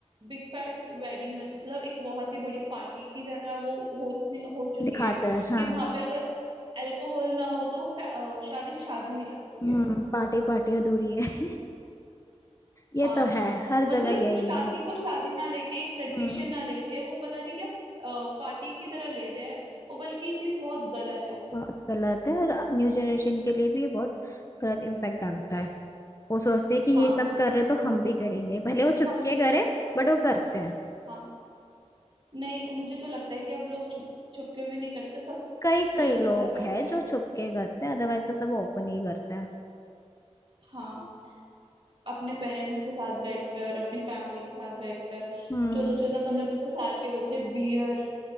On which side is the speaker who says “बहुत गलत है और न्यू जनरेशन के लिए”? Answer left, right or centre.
Left